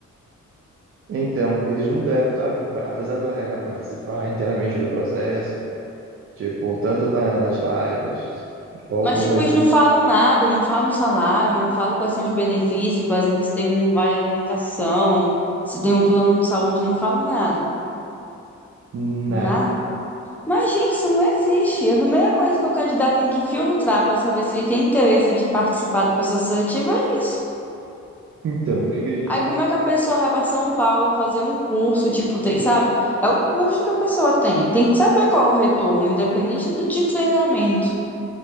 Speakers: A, on the right; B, in the centre.
A: Então, eles não deram, sabe? Apesar do RH participar inteiramente do processo, tipo, tanto na- nas lives, ou algumas,
B: Mas, tipo, eles
A: em-
B: não falam nada, não falam salário, não falam quais são os benefícios, por exemplo, se tem um vale alimentação, se tem um plano de saúde, não falam nada.
A: nada.
B: Nada. Mas, gente, isso não existe. A primeira coisa que o candidato tem que filtrar para saber se ele tem interesse de participar do processo seletivo é isso.
A: Então, o que que a gente,
B: Aí como é que a pessoa vai para São Paulo fazer um curso, tipo, tem, sabe? É um curso que a pessoa tem. Tem que saber qual é o retorno, independente do de treinamento.